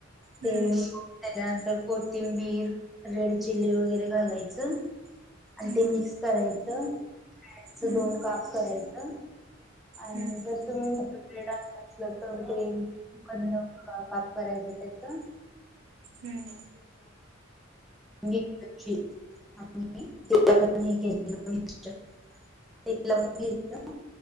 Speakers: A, in the centre; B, on the right.
A: ते
B: हम्म
A: मग त्याच्यानंतर कोथिंबीर, रेड चिली वगैरे घालायचं. आणि
B: हम्म
A: ते मिक्स करायचं ब्रेडचं
B: हम्म
A: दोन काप करायचं. आणि
B: हम्म
A: जर तुम्ही मोठं ब्रेड आणला असला तर ते मधनं काप कराय च त्याचं.
B: हम्म.
A: आणिण हे केले <unintelligible> पीट लावून घ्यायचं.